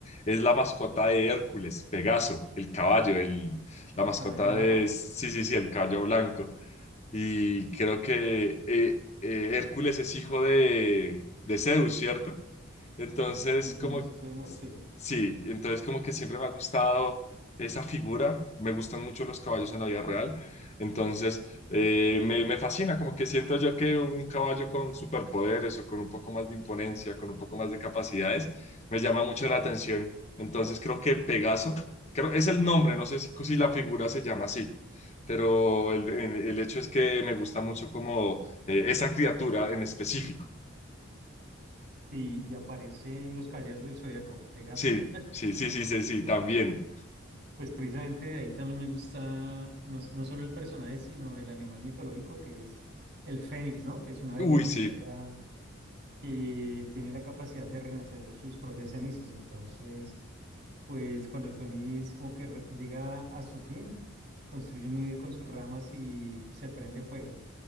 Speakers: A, on the left; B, on the right.
A: es la mascota de Hércules, Pegaso, el caballo, el,
B: El
A: la mascota
B: caballo alado,
A: de... Sí, sí, sí, el caballo blanco. Y creo que eh, eh, Hércules es hijo de, de Zeus, ¿cierto? Entonces,
B: sí, si
A: como,
B: no estoy mal, sí.
A: sí, entonces como que siempre me ha gustado esa figura, me gustan mucho los caballos en la vida real, entonces eh, me, me fascina, como que siento yo que un caballo con superpoderes o con un poco más de imponencia, con un poco más de capacidades, me llama mucho la atención. Entonces creo que Pegaso, creo, es el nombre, no sé si, si la figura se llama así, pero el, el- el hecho es que me gusta mucho como eh, esa criatura en específico.
B: Sí, y aparecen los caballeros del Zodíaco, Pegaso.
A: Sí, sí, sí, sí, sí, sí, también.
B: Pues precisamente de ahí también me gusta no, no solo el personaje, sino el animal mitológico que es el fénix, ¿no? Que es una ave
A: Uy,
B: legendaria
A: sí,
B: que tiene la capacidad de renacer de sus propias cenizas. Entonces, pues cuando el fénix como que re- llega a su fin, construye un nido con sus ramas y se prende fuego.